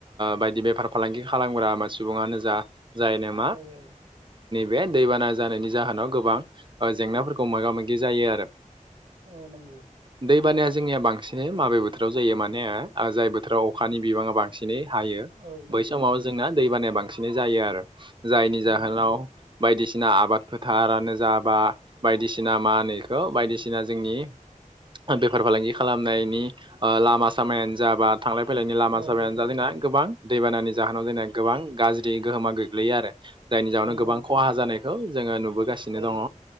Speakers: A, on the right; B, on the right.
A: बायदि बेफार फालांगि खालामग्रा सुबुङा जा जायनो मा?
B: औ औ
A: बे दैबाना जानायनि जाहोनाव गोबां जेंनाफोरखौ मोगा मोगि जायो आरो।
B: औ नंगौ
A: दै बानाया जोंनिया बांसिन माबे बोथोराव जायो माने जाय बोथोराव अखानि बिबाङा बांसिन बांसिनै हायो
B: औ नंगौ
A: बै समाव जोंना दैबानाया बांसिनै जायो आरो। जायनि जाहोनाव
B: उम उम
A: बायदिसिना। बायदिसिना आबाद फोथारानो जा बा बायदिसिना मा होनो बेखौ बायदिसिना जोंनि। बेफार फालांगि खालामनायनि लामा सामायानो जा बा। थांलाइ फैलाय लामा
B: औ
A: साबायानो
B: औ
A: जा जादोंना गोबां दैबानानि जाहोनाव जना गोबां गाज्रि गोहोमा गो गोग्लैयो आरो जायनि जाहावनो
B: नंगौ
A: गोबां
B: नोंथां
A: खहा जानायखौ जोङो नुबोगासिनो
B: औ
A: दङ।
B: औ